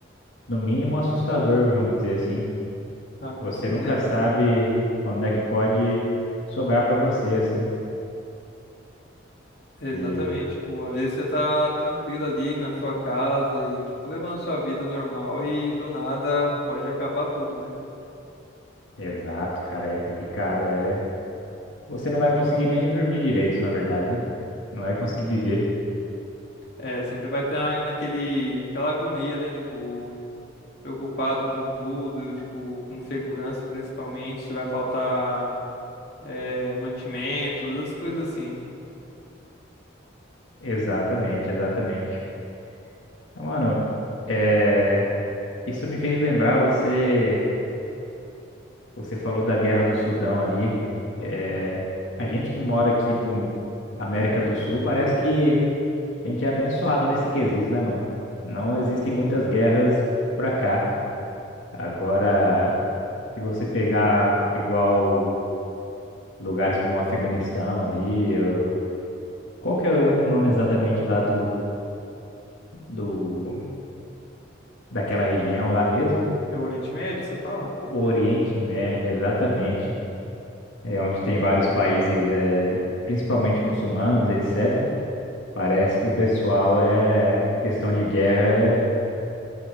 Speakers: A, on the left; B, on the left.
A: no mínimo, assustador, vamos dizer assim.
B: Ah, com
A: Você
B: certeza,
A: nunca sabe
B: mano.
A: quando é que pode sobrar pra você, assim.
B: Exatamente,
A: E
B: tipo, às vezes você tá tranquilo ali na sua casa e, tipo, levando sua vida normal e do nada pode acabar tudo, né?
A: exato, cara, aí é complicado, é. Você não vai conseguir nem dormir direito, na verdade, né? Não vai conseguir viver.
B: É, sempre vai estar naquele, aquela agonia, né? Tipo, preocupado com tudo, tipo, com segurança principalmente, se vai faltar, é, mantimentos, essas coisas assim.
A: Exatamente, exatamente. Então, Mano, é. Isso me fez lembrar você, você falou da Guerra do Sudão ali. É, a gente que mora aqui pra um, América do Sul, parece que a gente é abençoado nesse quesito, né, mano? Não existem muitas guerras pra cá. Agora, se você pegar igual lugares como o Afeganistão ali, eu- qual que é o nome exatamente lá do, do daquela região lá mesmo?
B: É o Oriente Médio, você fala?
A: O Oriente Médio, exatamente. é, onde tem vários países, é, principalmente muçulmanos, etc. Parece que o pessoal é questão de guerra, é,